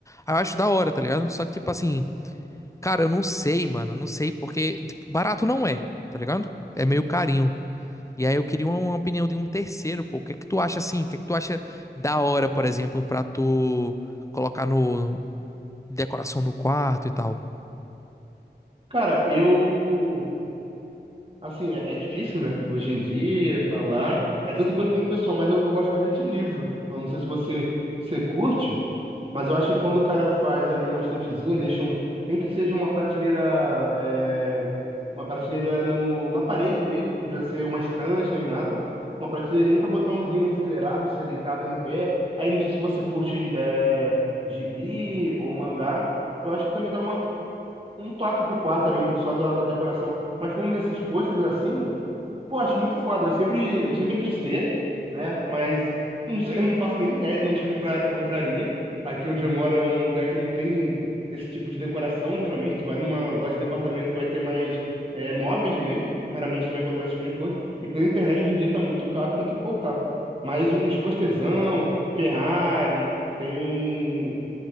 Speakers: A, on the left; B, on the right.
A: Aí eu acho da hora, tá ligado? Só que, tipo assim... Cara, eu não sei, mano. eu Não sei, porque tipo, barato não é, tá ligado? É meio carinho. E aí eu queria uma, uma opinião de um terceiro, pô. O que é que tu acha assim? O que é que tu acha da hora, por exemplo, pra tu colocar no decoração no quarto e tal?
B: Cara, eu. Assim, é, é difícil, né? Hoje em dia, falar. É tudo gosto muito pessoal, mas eu, eu gosto bastante de livro. Eu não sei se você, você curte. Mas eu acho que quando o cara faz ali uma estantezinha, deixa um. Nem que seja uma prateleira. é, uma prateleira no, na parede mesmo, não precisa ser uma estante nem nada. Uma prateleirinha para botar uns livros enfileirados, seja deitado ou em pé. Aí não sei se você curte é, gibi ou mangá. Eu acho que também dá uma, um um toque pro quarto ali, só da, da decoração. Mas falando desses pôsteres assim. Pô, acho muito foda. Eu sempre, eu sempre quis ter, né? Mas não sei, eu não faço nem ideia de onde comprar, compraria. Aqui onde eu moro é um lugar que não tem esse tipo de decoração. Geralmente, tu vai numa loja de departamento, vai ter mais é, móveis mesmo. Raramente tu vai encontrar esse tipo de coisa. E pela internet, hoje em dia, tá muito caro pra tu importar. Mas um, uns postezão, Ferrari, tem